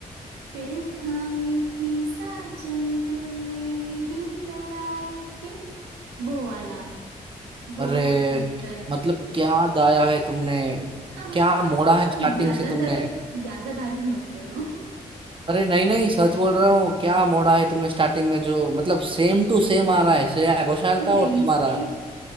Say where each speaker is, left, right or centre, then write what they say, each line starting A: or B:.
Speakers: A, on the right; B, on the right.
A: फिर थामी थी साजन तुमने मेरी कलाई क्यों वो वाला वो
B: अरे
A: बहुत अच्छा लगता है
B: मतलब क्या गाया है तुमने
A: हाँ, हाँ,
B: क्या मोड़ा है स्टार्टिंग
A: अब ज्यादा
B: से तुमने
A: तारीफ ज्यादा तारीफ मत करो
B: अरे नहीं नहीं सच बोल रहा हूँ क्या मोड़ा है तुमने स्टार्टिंग में जो मतलब सेम टू सेम आ रहा है श्रेया घोषाल
A: नहीं
B: का और तुम्हारा
A: सेम